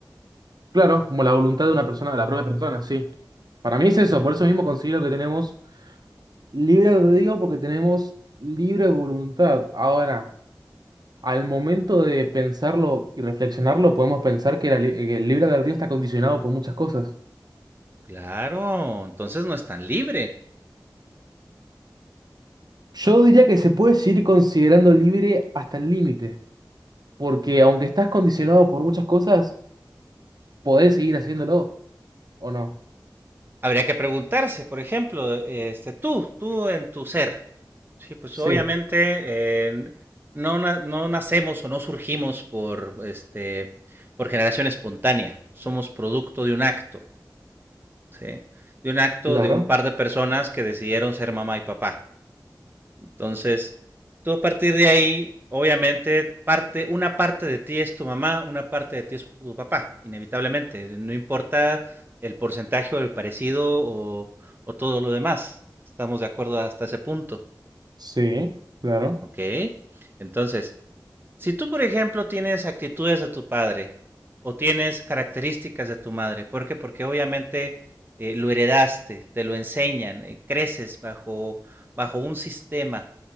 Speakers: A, on the right; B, on the right.
A: Claro, como la voluntad de una persona, de la propia persona, sí. Para mí es eso,
B: Ujú.
A: por eso mismo considero que tenemos. Libre albedrío porque tenemos libre voluntad. Ahora, al momento de pensarlo y reflexionarlo, podemos pensar que, la li- que el libre albedrío está condicionado por muchas cosas.
B: Claro, entonces no es tan libre.
A: Yo diría que se puede seguir considerando libre hasta el límite, porque aunque estás condicionado por muchas cosas, podés seguir haciéndolo, ¿o no?
B: Habría que preguntarse, por ejemplo, e, este, tú, tú en tu ser. Sí, pues
A: Sí,
B: obviamente eh, n- no, na- no nacemos o no surgimos por, este, por generación espontánea. Somos producto de un acto, ¿sí? De un acto
A: claro,
B: de un par de personas que decidieron ser mamá y papá. Entonces, tú a partir de ahí, obviamente, parte, una parte de ti es tu mamá, una parte de ti es tu papá, inevitablemente. No importa el porcentaje o el parecido o, o todo lo demás. Estamos de acuerdo hasta ese punto.
A: sí, claro.
B: Ok. Entonces, si tú, por ejemplo, tienes actitudes de tu padre o tienes características de tu madre, ¿por qué? Porque obviamente eh, lo heredaste, te lo enseñan, eh, creces bajo, bajo un sistema,